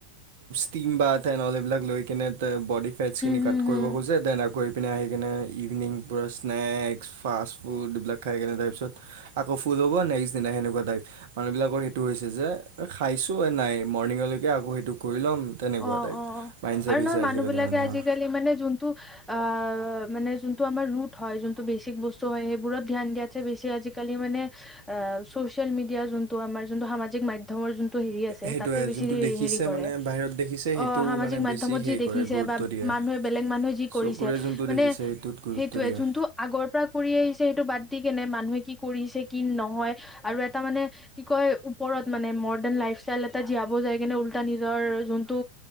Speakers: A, on the right; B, in the centre.
A: ষ্টিমবাথ এণ্ড অল এইবিলাক লৈ কিনে বডি ফেটছখিনি
B: হম
A: কাট কৰিব
B: হম
A: খোজে দেন আকৌ ইপিনে আহিকেনে ইভিনিং পূৰা স্নেক্স, ফাষ্ট ফুড এইবিলাক খাই কিনে তাৰপিছত আকৌ ফুল হ'ব নেক্স দিনা সেনেকুৱা টাইপ মানুহবিলাকৰ সেইটো হৈছে। যে খাইছো এ নাই মৰ্ণিঙলৈকে আকৌ সেইটো কৰি ল'ম। তেনেকুৱা
B: অ',
A: টাইপ
B: অ',
A: মাইণ্ডছেট
B: আৰু
A: হৈছে
B: নহয় মানুহ
A: আজিকালি
B: বিলাকে
A: মানুহৰ
B: আজিকালি মানে জোন টো আ, মানে জোনটো আমাৰ ৰুট হয় জোনটো বেচিক বস্তু হয়, সেইবোৰত ধ্যান দিয়াত চবতছে বেছি আজিকালি মানে আ, ছচিয়েল মিডিয়া জোনটো আমাৰ জোনটো সামাজিক মাধ্যম ৰ যোনটো হেৰি আছে
A: সেইটোৱে
B: তাতে বেছি
A: যোনটো দেখিছে
B: হেৰি কৰে।
A: মানে বাহিৰত দেখিছে সেইটো
B: অ', সামাজিক
A: মানে
B: মাধ্যমত
A: বেছি হেৰি
B: যি দেখিছে
A: কৰে গুৰুত্ব
B: বা
A: দিয়ে
B: মানুহে বেলেগ মানুহে যি কৰিছে,
A: চকুৰে যোনটো
B: মানে
A: দেখিছে সেইটোত গুৰুত্ব
B: সেইটোয়ে
A: দিয়া
B: যোনটো আগৰ পৰা কৰি আহিছে, সেইটো বাদ দি কেনে মানুহে কি কৰিছে কি নহয় আৰু এটা মানে কি কয় ওপৰত মানে মডাৰ্ণ লাইফ ষ্টাইল এটা জীয়াব যায় কেনে ওলটা নিজৰ যোনটো